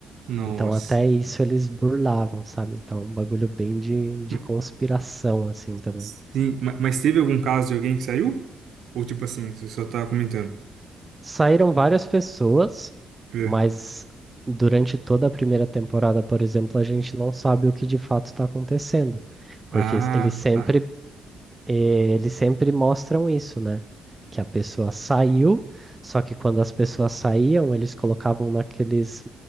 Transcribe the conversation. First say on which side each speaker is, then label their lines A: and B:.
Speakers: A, on the right (about 70°); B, on the right (about 15°).
A: Nossa.
B: Então, até isso eles burlavam, sabe? Então, é um bagulho bem de, de
A: Ma-
B: conspiração, assim também.
A: Sim, ma- mas teve algum caso de alguém que saiu? Ou tipo assim, você só tá comentando?
B: Saíram várias pessoas.
A: É.
B: Mas durante toda a primeira temporada, por exemplo, a gente não sabe o que de fato está acontecendo, porque
A: Ah,
B: s- eles sempre,
A: tá.
B: eh, eles sempre mostram isso, né? Que a pessoa saiu, só que quando as pessoas saíam, eles colocavam naqueles,